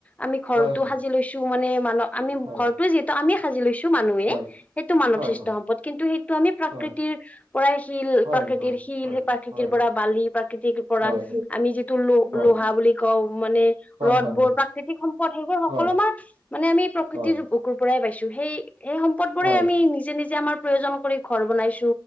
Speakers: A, on the left; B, on the right.
A: আমি ঘৰতো
B: হয় হয়
A: সাজি লৈছো মানে, মানৱ আমি
B: হয়
A: ঘৰটোয়ে যিহেতু আমিয়ে সাজি লৈছো চো মানুহে,
B: হয়
A: সেইটো মানৱ
B: হয়
A: সৃষ্ট
B: হয়
A: সম্পদ কিন্তু সেইটো আমি প্ৰাকৃতিৰ
B: হয়
A: পৰাই শীল
B: হয়
A: প্ৰাকৃতিৰ
B: হয়
A: সি শিল
B: হয়
A: সেই প্ৰাকৃতিৰ
B: হয়
A: পৰা বালি, প্ৰাকৃতিক পৰা
B: হয় হয় হয়
A: আমি যিটো লো-লোহা
B: হয় হয়
A: বুলি কওঁ, মানে
B: হয়
A: ৰ'দবোৰ,
B: হয় হয়
A: প্ৰাকৃতিক সম্পদ সেইবোৰ সকলো
B: হয়
A: মান, মানে আমি প্ৰকৃতিৰ
B: হয় হয়
A: বুকুৰ পৰা প্ৰায় পাইছো, সেই সেই সম্পদবোৰেই
B: হয়
A: আমি নিজে-নিজে আমাৰ প্ৰয়োজন কৰি ঘৰ বনাইছ